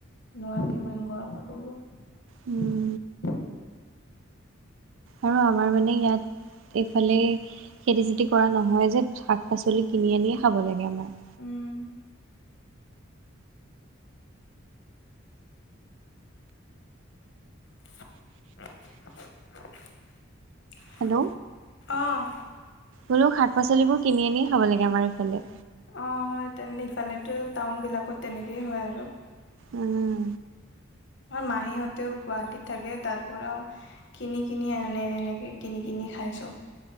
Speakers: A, on the left; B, on the right.
A: নোৱাৰি ইমান গৰমত। <unintelligible>
B: উম।
A: <inaudible>
B: আৰু আমাৰ মানে ইয়াত এইফালে খেতি চেতি কৰা নহয় যে, শাক-পাচলি কিনি আনিয়ে খাব লাগে আমাৰ।
A: উম। <unintelligible>
B: হেল্ল'।
A: অ।
B: বোলো শাক-পাচলিবোৰ কিনি আনি খাব লাগে আমাৰ ইফালে।
A: অ তেন্তে ইফালেটো টাউনবিলাকত তেনেকেই হয় আৰু।
B: উম।
A: মাহীহঁতেও গুৱাহাটীত থাকে, তাৰ পৰাও কিনি কিনি আনে এনেকে। কিনি কিনি খাই চব।